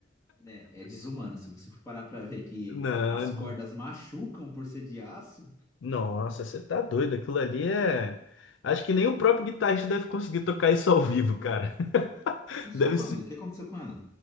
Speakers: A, on the left (about 15°); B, on the left (about 75°).
A: né é desumano. Se você for parar pra ver que
B: <laughs> Não.
A: as cordas machucam por ser de aço.
B: Nossa, você tá doido. Aquilo ali é. Acho que nem o próprio guitarrista deve conseguir tocar isso ao vivo, cara. <laughs>
A: E sua
B: Deve
A: banda?
B: ser.
A: O que aconteceu com ela?